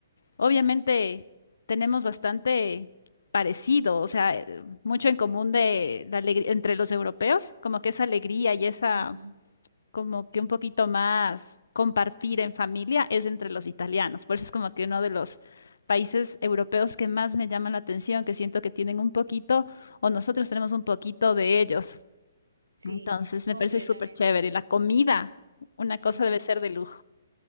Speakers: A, on the left; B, on the right.
A: obviamente tenemos bastante parecido, o sea, eh, mucho en común de la alegría entre los europeos, como que esa alegría y esa
B: ujú.
A: como que un poquito más compartir en familia es entre los italianos. Por eso es como que uno de los países europeos que más me llaman la atención, que siento que tienen un poquito, o nosotros tenemos un poquito de ellos.
B: Sí,
A: Entonces
B: completamente.
A: me parece súper chévere. La comida, una cosa
B: Ujú.
A: debe ser de lujo.